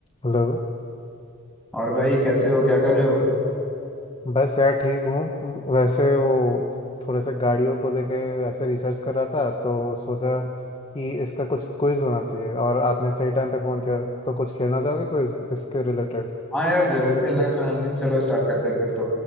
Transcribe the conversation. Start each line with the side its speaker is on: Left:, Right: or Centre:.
Left: हेलो
Centre: और भाई कैसे हो क्या कर रहे हो
Left: बस यार ठीक हूँ वैसे वो थोड़े से गाड़ियों को लेके ऐसे रिसर्च कर रहा था तो सोचा कि इसका कुछ क्विज होना चाहिए और आपने सही टाइम पे फ़ोन किया तो कुछ खेलना चाहोगे क्विज इसके रिलेटेड
Centre: हाँ यार जरूर खेलना चाहेंगे चलो स्टार्ट करते हैं फिर तो